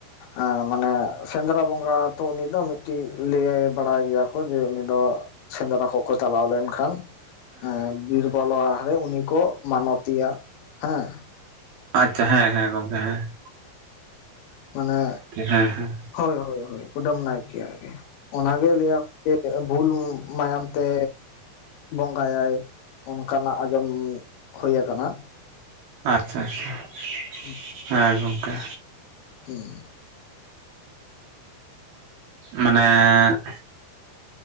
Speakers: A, on the left (about 75°); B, on the right (about 60°).
A: ᱮ ᱢᱟᱱᱮ ᱥᱮᱸᱫᱽᱨᱟ ᱵᱚᱸᱜᱟ ᱛᱚ ᱩᱱᱤ ᱫᱚ ᱢᱤᱜᱴᱤᱡ ᱞᱟᱹᱭ ᱵᱟᱲᱟᱭ ᱜᱮᱭᱟ ᱠᱚ ᱡᱮ ᱩᱱᱤ ᱫᱚᱼᱼ ᱥᱮᱸᱫᱽᱨᱟ ᱠᱚᱠᱚ ᱪᱟᱞᱟᱣ ᱞᱮᱱᱠᱷᱟᱱᱼᱼ ᱦᱮᱸ ᱵᱤᱨᱵᱚᱞᱚ ᱨᱮ ᱩᱱᱤ ᱠᱚ ᱢᱟᱱᱚᱛᱤᱭᱟ ᱦᱮᱸ ᱾
B: ᱟᱪᱪᱷᱟ ᱦᱮᱸ ᱦᱮᱸ ᱜᱚᱝᱠᱮ ᱦᱮᱸ ᱾
A: ᱢᱟᱱᱮ
B: ᱦᱮᱸ ᱦᱮᱸ
A: ᱦᱳᱭ ᱦᱳᱭ ᱠᱩᱫᱟᱹᱢ ᱱᱟᱭᱠᱭᱟᱜ ᱜᱮ ᱚᱱᱟᱜᱮ ᱞᱟᱹᱭᱟᱼᱼ <inaudible> ᱵᱷᱩᱞ ᱢᱟᱭᱟᱢ ᱛᱮᱼᱼ ᱵᱚᱸᱜᱟᱭᱟᱭ ᱚᱱᱠᱟᱱᱟᱜ ᱟᱸᱡᱚᱢ ᱦᱳᱭ ᱠᱟᱱᱟ ᱾
B: ᱟᱪᱪᱷᱟ ᱟᱪᱪᱷᱟ <inaudible>
A: <inaudible>
B: ᱦᱮᱸ ᱜᱚᱝᱠᱮ
A: ᱦᱩᱸ
B: <inaudible> ᱢᱟᱱᱮ <inaudible>